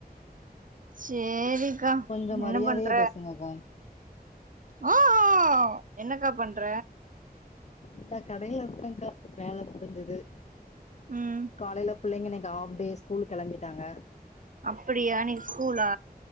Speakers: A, on the right; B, on the left.
A: சேரிக்கா
B: கொஞ்சோ
A: என்ன
B: மரியாதையா
A: பண்ற
B: பேசுங்கக்கா
A: ஆ என்னக்கா பண்ற
B: இந்தா கடைல இருக்கங் க்கா வேல புடிஞ்சி து
A: ம்
B: காலைல புள்ளைங்க இன்னைக்கு ஆஃப்டே ஸ்கூல் கெளம்பிட்டாங்க
A: அப்புடியா இன்னைக்கு ஸ்கூலா